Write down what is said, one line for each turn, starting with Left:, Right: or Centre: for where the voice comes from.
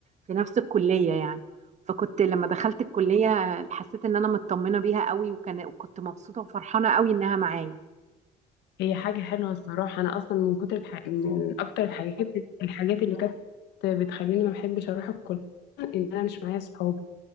Right: في نفس الكليه يعني فكنت لما دخلت الكليه حسيت ان انا مطمنه بيها قوي وكان وكنت مبسوطه وفرحانه قوي انها معايا
Left: هي حاجة حلوة الصراحة أنا أصلا من كتر الح... من أكتر الحاجات الحاجات اللي كانت بتخليني ما بحبش أروح الكلية إن أنا مش معايا صحاب